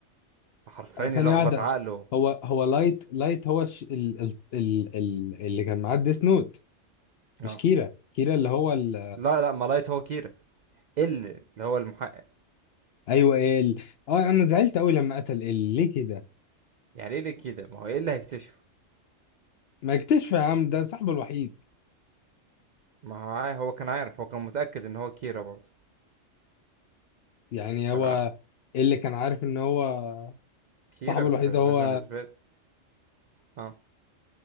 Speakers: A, on the right; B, on the left.
A: فحرفيا
B: أه،
A: يلخبط
B: ثانيه واحده
A: عقله
B: هو هو لايت لايت هو الش... ال... ال... ال... ال... اللي كان معاه ديس نوت
A: اه
B: مش كيرا كيرا اللي هو ال...
A: لا لا ما لايت هو كيرا اللي اللي هو المحقق
B: ايوه إيه ال اه انا زعلت قوي لما قتل ال ليه كده
A: يعني ايه اللي كده ما هو ايه اللي هيكتشفه
B: ما اكتشف يا عم ده صاحبه الوحيد
A: ما هو عا- هو كان عارف هو كان متأكد ان هو كيرا برضه
B: يعني
A: ف
B: هو اللي كان عارف ان هو
A: كيرا
B: صاحبه
A: بس
B: الوحيد
A: لازم
B: هو
A: اثبات اه